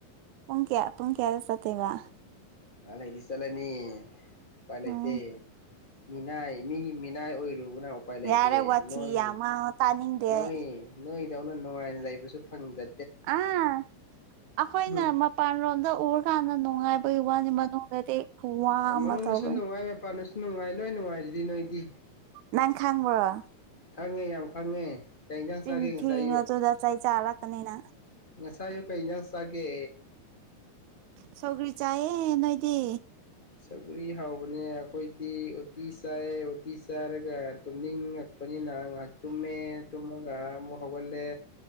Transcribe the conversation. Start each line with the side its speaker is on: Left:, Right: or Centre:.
Right: ꯄꯨꯡ ꯀꯌꯥ ꯄꯨꯟꯀꯌꯥꯗ ꯆꯠꯇꯣꯏꯕ꯫
Left: ꯉꯥꯛꯂꯩꯗꯤ ꯆꯂꯅꯤ ꯎꯄꯥꯏ ꯂꯩꯇꯦ
Right: ꯎꯝ
Left: ꯃꯤꯅꯥꯏ ꯃꯤꯒꯤ ꯃꯤꯅꯥꯏ ꯑꯣꯏꯔꯨꯕꯅ ꯎꯄꯥꯏ ꯂꯩꯇꯦ
Right: ꯌꯥꯔꯦ ꯋꯥꯊꯤ
Left: ꯅꯣꯏ
Right: ꯌꯥꯝ ꯉꯥꯡꯉꯣ ꯇꯥꯅꯤꯡꯗꯦ
Left: ꯅꯣꯏ
Right: ꯑꯩ
Left: ꯅꯣꯏ ꯗꯧꯅ ꯅꯨꯡꯉꯥꯏꯅ ꯂꯩꯕꯁꯨ ꯐꯪꯖ
Right: ꯑꯥ ꯑꯩꯈꯣꯏꯅ
Left: ꯎꯝ
Right: ꯃꯄꯥꯟꯔꯣꯝꯗ꯫ ꯎꯔ ꯀꯥꯟꯗ ꯅꯨꯡꯉꯥꯏꯕꯒꯤ ꯋꯥꯅꯤ ꯃꯅꯨꯡꯗꯗꯤ꯫ ꯈꯨꯋꯥ ꯑꯃ
Left: ꯃꯅꯨꯡꯗꯁꯨ
Right: ꯇꯧꯕꯅꯤ
Left: ꯅꯨꯡꯉꯥꯏ ꯃꯄꯥꯟꯗꯁꯨ ꯅꯨꯡꯉꯥꯏ ꯂꯣꯏ ꯅꯨꯡꯉꯥꯏꯔꯤꯗꯤ ꯅꯣꯏꯗꯤ꯫
Right: ꯅꯪ ꯈꯪꯕꯔꯣ꯫
Left: ꯈꯪꯉꯦ ꯌꯥꯝ ꯈꯪꯉꯦ꯫ ꯀꯩ ꯏꯟꯖꯥꯡ
Right: ꯆꯤꯟꯊꯤꯅꯨ
Left: ꯆꯥꯒꯦ ꯉꯁꯥꯏ ꯑꯌꯨꯛ
Right: ꯑꯗꯨꯗ ꯆꯩ ꯆꯥ ꯂꯥꯛꯀꯅꯤ ꯅꯪ꯫
Left: ꯉꯁꯥꯏ ꯑꯌꯨ ꯀꯩ ꯏꯟꯁꯥꯡ ꯆꯥꯒꯦ꯫
Right: ꯁꯒꯔꯤ ꯆꯌꯦ ꯅꯣꯏꯗꯤ
Left: ꯁꯒꯔꯤ ꯍꯥꯎꯕꯅꯦ ꯑꯩꯈꯣꯏꯗꯤ ꯎꯇꯤ ꯆꯥꯏ ꯎꯇꯤ ꯆꯥꯔꯒ ꯇꯨꯝꯅꯤꯡꯉꯛꯄꯅꯤ ꯅꯥ ꯉꯍ ꯇ ꯇꯃꯒꯔ ꯃꯨ ꯁꯒꯦ